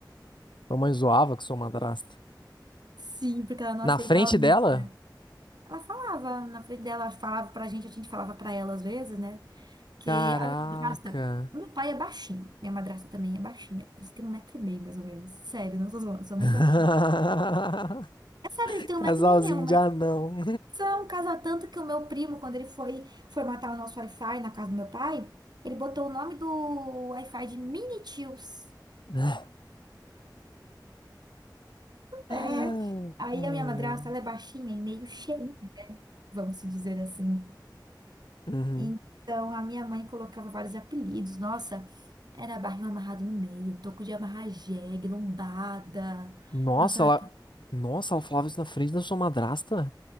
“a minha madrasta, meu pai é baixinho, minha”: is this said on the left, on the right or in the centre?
Right